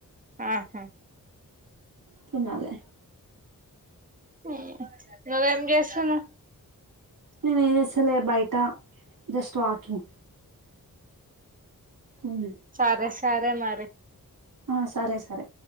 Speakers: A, on the right; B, on the right.
A: ఆహా
B: తినాలి
A: <inaudible> నువ్వేం జేస్తున్నావ్?
B: నేను ఏసలే బయటా జస్ట్ వాకింగ్. ఉమ్
A: సారే సారే మరి
B: ఆ సరే సరే